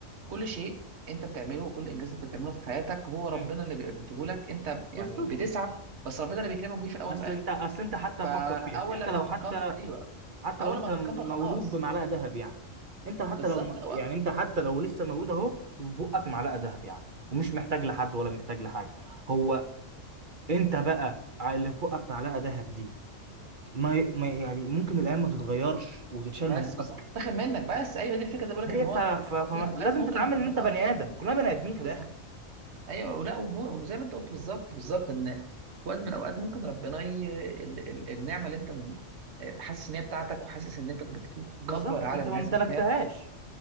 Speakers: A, on the right (about 60°); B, on the right (about 40°).
A: كل شيء انت بتعمله وكل انجاز انت بتعمله في حياتك هو ربنا
B: امم
A: اللي بيديه لك انت يعني
B: بالظبط
A: بتسعى بس ربنا اللي بيكرمك بيه في الاول
B: اصل
A: وفي الاخر
B: انت اصل انت حتى
A: فاول
B: فكر فيها انت
A: لما
B: لو
A: هتتكبر
B: حتى
A: ايوه
B: حتى
A: اول
B: لو انت
A: لما هتتكبر
B: مولود
A: خلاص
B: بمعلقه ذهب يعني انت حتى
A: بالظبط
B: لو
A: لا،
B: يعني انت حتى لو لسه مولود اهو وفي بقك معلقه ذهب يعني ومش محتاج لحد ولا محتاج لحاجه هو انت بقى اللي في بقك معلقه ذهب دي ما, ي- ما يعني ممكن الايام ما تتغيرش وتتشال
A: بس
B: من بقك
A: بالظبط تاخد منك بس ايوه دي الفكره اللي بقول لك
B: هي
A: ان هو
B: ف... ف... فلازم
A: في وقت من الأوقات ممكن
B: تتعامل
A: ربنا
B: ان انت بني ادم كلنا بني ادمين في
A: بالظبط
B: الاخر
A: ايوه ولا وهو- وزي ما انت قلت بالظبط بالظبط ان في وقت من الاوقات ممكن ربنا ي... ال... ال... النعمه اللي انت م- حاسس ان هي بتاعتك وحاسس ان انت بتكبر
B: بالظبط
A: على
B: انت
A: الناس
B: ما امتلكتهاش
A: بيها